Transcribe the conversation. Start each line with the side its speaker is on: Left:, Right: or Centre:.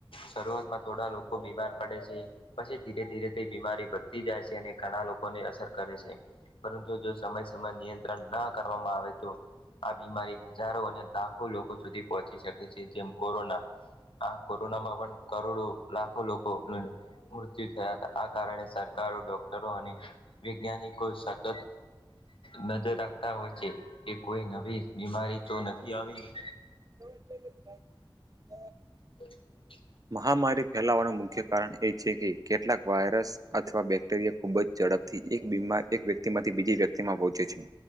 Left: શરૂઆત માં થોડા લોકો બીમાર પડે છે. પછી ધીરે ધીરે તે બીમારી વધતી જાય છે. અને ઘણા લોકોને અસર કરે છે. પરંતુ જો સમય સમય નિયંત્રણ ના કરવામાં આવે તો. આ બીમારી હજારો અને લાખો લોકો સુધી પહોંચી શકે છે. જેમ કોરોના, આ કોરોનામાં પણ કરોડો લાખો લોકો મૃત્યુ થયા હતા આ કારણે સરકાર. સારો ડોક્ટરો અને વૈજ્ઞાનિકો સતત નજર રાખે રાખતા હોય છે. કે કોઈ નવી બીમારી તો નથી આવી.
Right: ાય <unintelligible> <unintelligible>
Left: બ <inaudible> <inaudible> <inaudible>
Right: મહામારી ફેલાવાનું મુખ્ય કારણ. એ છે. કે કેટલાક વાયરસ અથવા બેક્ટેરિયા ખુબ જ ઝડપથી એક બીમાર એક વ્યક્તિ માંથી બીજી વ્યક્તિમાં પહોંચે છે.